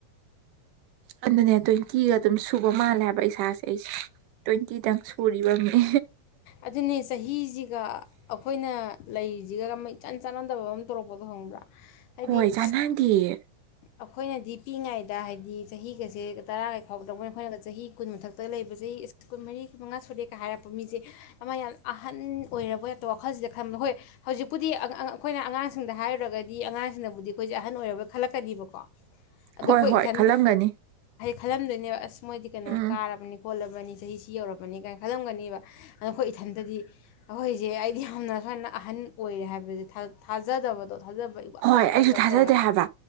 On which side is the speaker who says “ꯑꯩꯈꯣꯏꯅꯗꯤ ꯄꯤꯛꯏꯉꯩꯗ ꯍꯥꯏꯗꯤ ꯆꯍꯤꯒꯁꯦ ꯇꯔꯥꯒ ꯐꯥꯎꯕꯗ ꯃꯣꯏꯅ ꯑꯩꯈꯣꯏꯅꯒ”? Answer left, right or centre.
Left